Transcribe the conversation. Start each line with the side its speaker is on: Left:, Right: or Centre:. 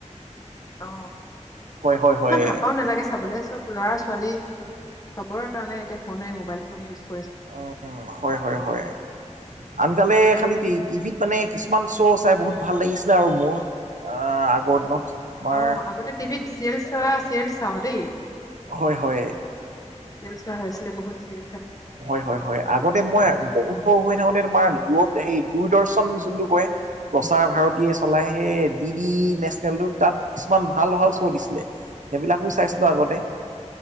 Left: অ
Right: হয় হয় হয়
Left: ইমান হাপাও নালাগে চাবলৈ চব ল'ৰা ছোৱালী চবৰ কাৰণে এতিয়া ফোনেই ম'বাইল ফোনেইউজ
Right: উ হয় হয় হয়, আনকালে খালি টিভিত মানে কিছু কিছুমান শ্ব' চাই বহুত ভাল লাগিছিলে আৰু মোৰ, অহ আগৰ দিনত। তোমাৰ
Left: অ আগতে টিভিত চিৰিয়েল চ চিৰিয়েল চাওঁ দেই
Right: হয় হয়।
Left: চিৰিয়েল চোৱা হৈছিল বহুত চিৰি
Right: হয় হয় হয় আগতে মই বহুত সৰু হৈ থাকোতে তোমাৰ <unintelligible> সেই দূৰদৰ্শন যোনটো কৰে প্ৰচাৰ ভাৰতীয়ে চলাই সেই ডি ডি নেশনেলটো তাত কিছুমান ভাল ভাল শ্বো দিছিলে, সেইবিলাকো চাইছ <unintelligible> আগতে
Left: অ',